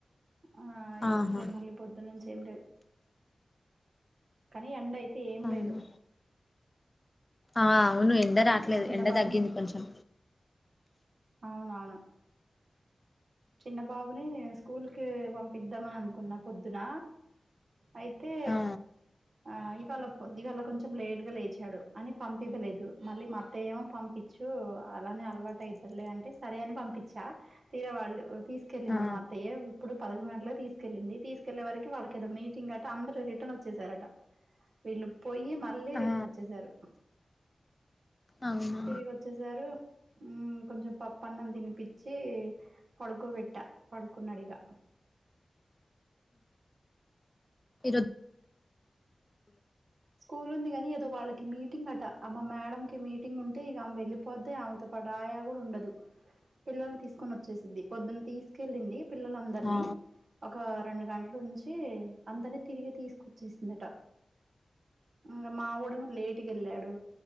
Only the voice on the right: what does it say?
ఆ ఇక
అంతే మళ్ళీ పొద్దున్నుంచి ఏం లేదు, కానీ ఎండ అయితే ఏం
లేదు
ఉహు.
మా చిన్న
బాబుని
అవునవును చిన్న బాబుని నేను స్కూల్ కి పంపిద్దాం అని అనుకున్నా పొద్దున అయితే
ఆ ఇవాళ పొద్దుగాల కొంచెం లేటు గా లేచాడు అని పంపివ్వలేదు మళ్ళీ మా అత్తయ్య ఏమో పంపి చూ అలానే అలవాటైతడ్లే అంటే సరే అని పంపించా తీర వాళ్ళు ఓ తీసుకెళ్ళింది
మా అత్తయ్య యో ఇప్పుడు పదకొండు గంటలకు తీసుకెళ్లింది తీసుకెళ్లే వరకి వాళ్ళకేదో మీటింగ్ గట అందరు రిటర్న్ వచ్చేసారట వీళ్ళు పొయ్యి మళ్ళీ
రిటర్న్ వచ్చేశారు
తిరిగి వచ్చేసారు కొంచెం పప్పన్నం తినిపిచ్చి పడుకోబెట్ట పడుకున్నడిగా
స్కూల్ ఉంది కాని ఏదో వాళ్ళకి మీటింగ్ అట అమ్మ మేడమ్ క మీటింగ్ ఉంటే ఇకమె వెళ్ళి పొద్దున ఆమెతో పాటు ఆయా కూడా ఉండదు పిల్లల్ని తీసుకొని వచ్చేసిది పొద్దున్న తీసుకెళ్ళింది పిల్లలందరినీ
ఒక రెండు గంటలు ఉంచి అందరిని తిరిగి తీసుకొచ్చేసిందట ఇంగ మావోడేమో లేటుగెల్లాడు